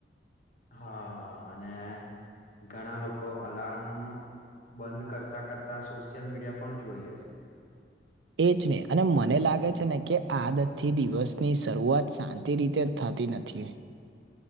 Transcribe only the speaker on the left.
હા અને ઘણા લોકો અલાર્મ બંધ કરતા કરતા સોશિયલ મીડિયા પણ જોઈ લે છે.